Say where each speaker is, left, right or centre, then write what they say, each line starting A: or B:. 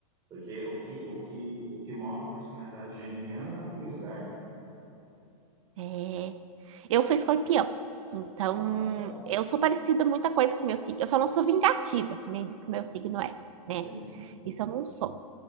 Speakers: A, on the right (about 20°); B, on the right (about 60°).
A: Porque o que, o que, o que move a personalidade geminiana é a curiosidade.
B: É. Eu sou escorpião, então
A: Olha só.
B: eu sou parecida muita coisa com o meu signo. Eu só não sou vingativa, que nem diz que o meu signo é, né?
A: Sim,
B: Isso eu não sou.